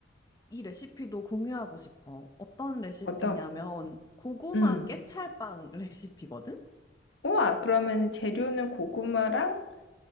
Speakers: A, on the left (about 20°); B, on the left (about 80°).
A: 이 레시피도 공유하고 싶어. 어떤 레시피냐면
B: 어떤?
A: 고구마
B: 음.
A: 깨찰빵 <laughs> 레시피거든?
B: 우와, 그러면 재료는 고구마랑